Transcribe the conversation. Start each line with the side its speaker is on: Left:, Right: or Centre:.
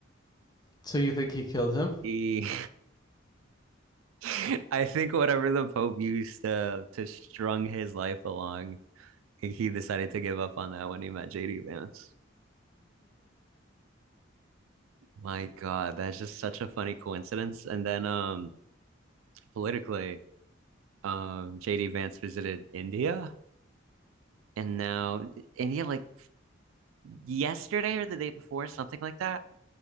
Left: so you think he killed him?
Right: He <laughs> I think whatever the Pope used to to strung his life along, he decided to give up on that when he met JD Vance. My God, that's just such a funny coincidence. And then um politically, um JD Vance visited India and now India like yesterday or the day before, something like that.